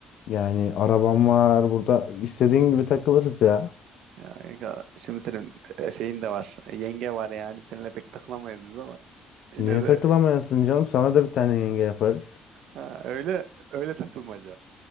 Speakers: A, on the left (about 75°); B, on the right (about 85°).
A: Yani arabam var. Burada istediğin gibi takılırız ya.
B: Ya, kanka, şimdi senin e, şeyin de var. e, Yenge var yani. Seninle pek takılamayız biz ama yine
A: Niye
B: de
A: takılamıyorsun canım? Sana da bir tane yenge yaparız.
B: ha, öyle öyle takılmaca.